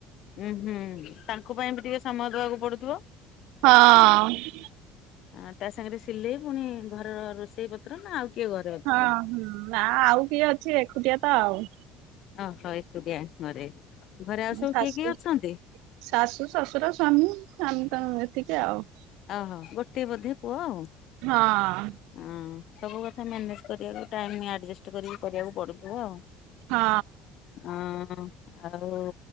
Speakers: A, on the left (about 60°); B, on the right (about 70°).
A: ଉୁଁ ହୁଁ ତାଙ୍କ ପାଇଁ ବି ଟିକେ ସମୟ ଦବାକୁ ପଡୁଥିବ।
B: ହଁ।
A: ହ ତା ସାଙ୍ଗରେ ସିଲେଇ ପୁଣି ଘରର ରୋଷେଇ ପତ୍ର ନା ଆଉ କିଏ ଘରେ ଅଛନ୍ତି?
B: ହଁ ହଁ ନା ଆଉ କିଏ ଅଛି ଏକୁଟିଆ ତ ଆଉ।
A: ଓହୋ ଏକୁଟିଆ ଘରେ ଘରେ ଆଉ ସବୁ
B: ଶାଶୁ
A: କିଏ କିଏ ଅଛନ୍ତି?
B: ଶାଶୁ ଶଶୁର ସ୍ୱାମୀ ଆମେ ତ ଏତିକି ଆଉ।
A: ଓହୋ ଗୋଟେ ବୋଧେ ପୁଅ ଆଉ।
B: ହଁ।
A: ହ ସବୁ କଥା ମ୍ୟାନେଜ କରିବାକୁ ଟାଇମ ଆଡଜଷ୍ଟ କରିକି କରିବାକୁ ପଡୁଥିବ ଆଉ।
B: ହଁ।
A: ହଁ ଆଉ